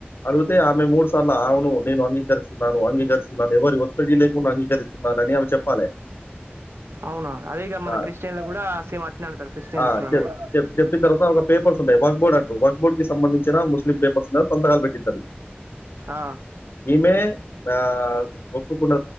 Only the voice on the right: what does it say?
అవునా అదే ఇక మన
క్రిస్టియన్లో కూడా సేమ్ అట్నే ఆడతారు క్రిస్టియన్స్లలో
కూడా
ఆ.